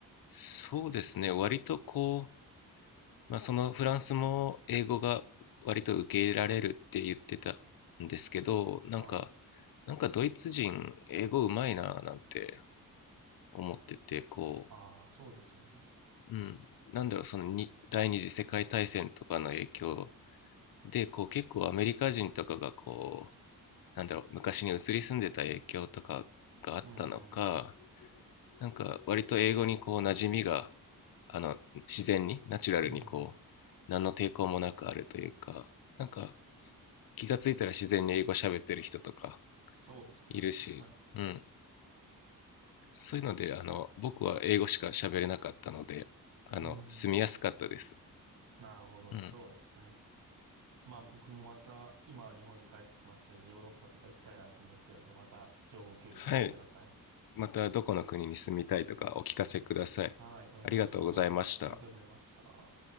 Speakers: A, on the left; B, on the right.
A: そうですね割とこまあ、そのフランスも英語が割と受け入れられるって言ってたんですけどなんか
B: はい。
A: なんかドイツ人英語うまいななんて思っててこ
B: ああ、そうですよね。
A: う、うん、なんだろうそのに第二次世界大戦とかの影響でこう結構アメリカ人とかがこうなんだろう昔に移り住んでた影響とかがあったのか
B: うんうん。
A: なんか割と英語にこう馴染みがあの自然にナチュラルにこう何の抵抗もなくあるというかなんか
B: うんうん。
A: 気がついたら自然に英語喋ってる人とか
B: そうですね。
A: いるし、
B: 確かに。
A: うん、そういうのであの僕は英語しか喋れなかったのであの住みやすかったです、
B: うんうん。なるほど。
A: うん、
B: そうですね。まあ僕もまた、今は日本に帰ってきましたけど、ヨーロッパとか行きたいなと思ってるんで、また情報共有させてください。
A: はいまたどこの国に住みたいとかお聞かせくださいありがとうございました
B: はい。お願いします。ありがとうございました。